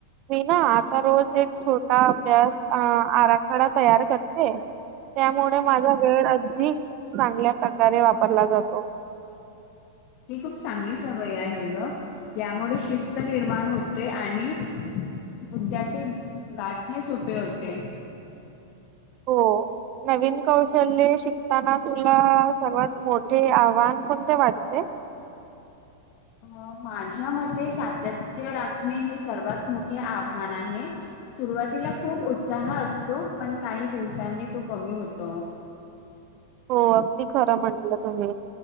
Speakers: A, on the right; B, on the left.
A: मी ना आता रोज एक छोटा अभ्यास अ आर ख डा तयार करते. त्यामुळे माझा वेळ अधिक चांगल्या प्रकारे वापर परला जातो.
B: ही खूप चांगली सवय आहे ग. त्यामुळे शिस्त निर्माण होते आणि उद्याचे गाठणे सोपे होते.
A: हो नवीन कौशले शिकताना तुला सर्वात मोठे आव्हान कोणते वाटते?
B: अ माझ्या मते सातत्य राखणे. हे सर्वात मोठे आवान आहे. सुरुवातीला खूप उत्साह असतो. पण काही दिवसांनी तो कमी होतो. <inaudible>
A: हो अगदी खरं म्हटलं तुम्ही.